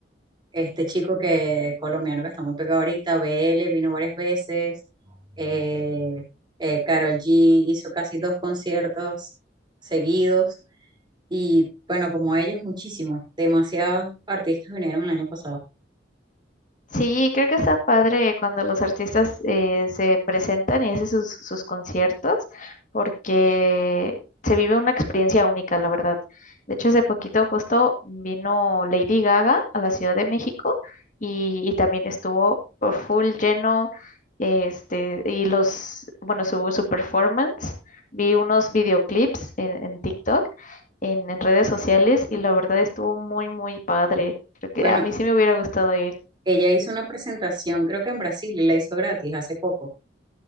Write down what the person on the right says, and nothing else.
este chico que, colombiano que está muy pegado ahorita, BL, vino varias veces, eh, eh, Karol G hizo casi dos conciertos seguidos. Y bueno, como ellos, muchísimos, demasiados artistas vinieron el año pasado.
Bueno,
ella hizo una presentación, creo que en Brasil, y la hizo gratis hace poco.